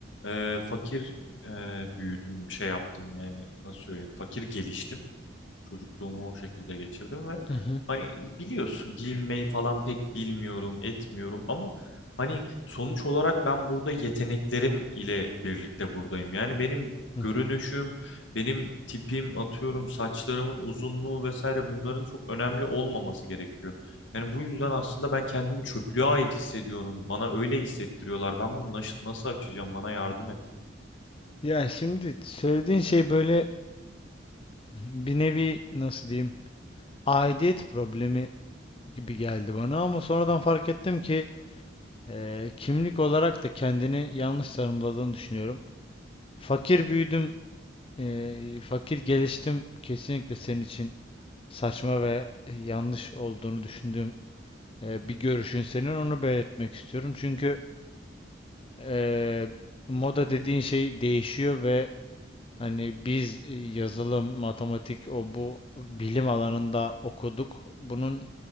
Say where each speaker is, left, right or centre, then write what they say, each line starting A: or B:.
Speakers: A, on the left; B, on the left.
A: e, fakir e, büyüdüm şey yaptım yani nasıl söyleyeyim fakir geliştim. Çocukluğumu o şekilde geçirdim ve
B: Hı hı,
A: hani biliyorsun giyinmeyi falan pek bilmiyorum, etmiyorum ama hani sonuç olarak ben burada yeteneklerim ile birlikte buradayım. Yani benim görünüşüm,
B: hı hı.
A: benim tipim, atıyorum saçlarımın uzunluğu vesaire bunların çok önemli olmaması gerekiyor. Yani bu yüzden aslında ben kendimi çöplüğe ait hissediyorum. Bana öyle hissettiriyorlar. Ben bunu naş- nasıl açacağım? Bana yardım et.
B: Ya şimdi söylediğin şey böyle bir nevi nasıl diyeyim aidiyet problemi gibi geldi bana ama sonradan fark ettim ki eee, kimlik olarak da kendini yanlış tanımladığını düşünüyorum. Fakir büyüdüm, eee, fakir geliştim kesinlikle senin için saçma ve e, yanlış olduğunu düşündüğüm eee, bir görüşün senin onu belirtmek istiyorum. Çünkü eee, moda dediğin şey değişiyor ve Hani biz e, yazılım, matematik, o bu bilim alanında okuduk. Bunun